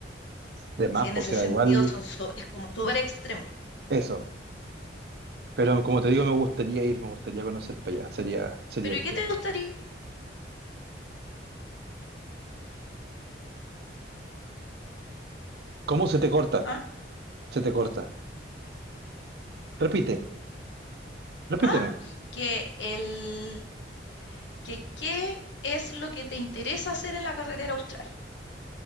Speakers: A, on the right; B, on the left.
A: De más,
B: Así, en
A: pues,
B: ese
A: o sea,
B: sentido
A: igual
B: son su- es como súper extremo.
A: eso. Pero como te digo, me gustaría ir, me gustaría conocer para allá. Sería, sería
B: Pero
A: entretenido.
B: ¿y qué te gustaría?
A: ¿Cómo se te corta?
B: ¿Ah?
A: Se te corta. Repite, repíteme.
B: Ah, que el que qué es lo que te interesa hacer en la carretera austral.